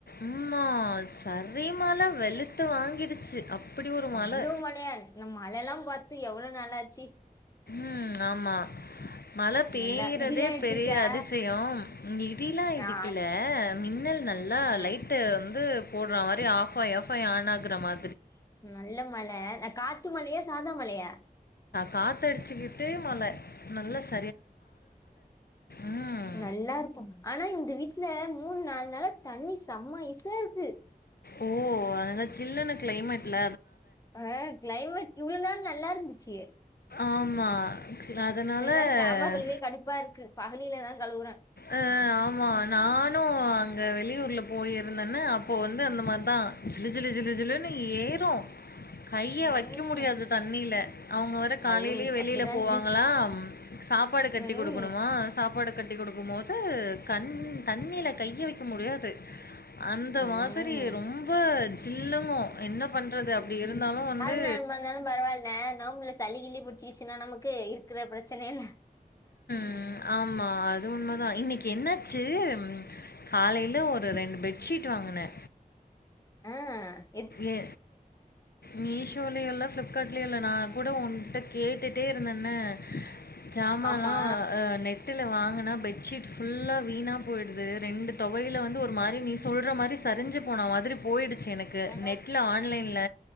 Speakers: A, on the left; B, on the left.
A: ஆமா சரி மழ வெளுத்து வாங்கிடுச்சு ஒரு மழை.
B: அவ்ளோ மழையா நம் மழ எல்லாம் பாத்து எவ்வளோ நாலாச்சி
A: ம் ஆமா மழ பேயறதே
B: நல்லா இதெல்லாம் ஆயிடுச்சுச்சா
A: பெரிய அதிசயோம் இங்க இடி லா இடிக்கல
B: ஆ,
A: மின்னல் நல்லா
B: ஆ,
A: லைட்டு வந்து போடுற மாரி ஆஃப் ஆய் ஆஃப் ஆய் ஆன் ஆகுற மா
B: நல்ல மழ அ காத்து மழயா சாதா மழயா
A: காத்தடிச்சுக்கிட்டே மழ நல்ல ஸ் ம்.
B: நல்லாருக்கு ஆனா இந்த வீட் ட்ல மூணு நாலு நாளா தண்ணி சம்மா ஐசா இருக்கு
A: ஓ அதங்க சில்லுன்னு க்ளைமேட்ல
B: அஹ் கிளைமேட் இவ்வள நால் நல்லா இருந்துச்சு
A: ஆமா அதனால
B: இங்கல்லா ஜாமா கழுவியே கடுப்பா இருக்கு பஹலிலதா கழுவுற
A: அஹ் ஆமா நானு அங்க வெளியூர்ல போயிருந்தன்னு அப்போ வந்து அந்த மாரிதா ஜிலு ஜிலு ஜிலு ஜிலுன்னு ஏறு கைய
B: ம்
A: வக்க முடியாது தண்ணில அவுங்க வேற காலைலே
B: அவ்ளோ
A: வெளில
B: அப்டிதா இருந்துச்சு
A: போவாங்களா சாப்பாடு கட்டி
B: ம்
A: குடுக்கணுமா சாப்பாடு கட்டி குடுக்கும்மோது கண் தண்ணீல கைய வக்க முடியாது அந்த
B: ம்
A: மாதிரி ரொம்ப ஜில்லுங்கு என்ன பண்றது? அப்படி
B: ம்
A: இருந்தாலும் வந்து
B: அமா இருந்தாலும் பரவால்ல நோம்புல சளி கிளி புட் ச்சினா நமக்கு இருக்குற பிரச்சனைல
A: ம் ஆமா அது உண்மதா இன்னிக்கு என்ன ஆச்சு ம் காலைல ஒரு ரெண்டு பெட்ஷீட் வாங்குனே
B: அ
A: ஏ மீஷோலியு இல்ல ஃபிளிப்கா ட்லியு இல்ல நா கூட உன்ட்ட கேட்டுட்டே இருந்தன்னே ஜாமாலா
B: ஆமா
A: அ நெ ட்டுல வாங்கனா பெட்ஷீட் ஃபுல்லா வீணா போயிடுது ரெண்டு தொவையில வந்து ஒரு மாரி நீ சொல்ற மாரி ரைஞ்சு போன மாதிரி போயிடுச்சு எனக்கு
B: ஆ
A: நெட்ல ஆன்லைன்ல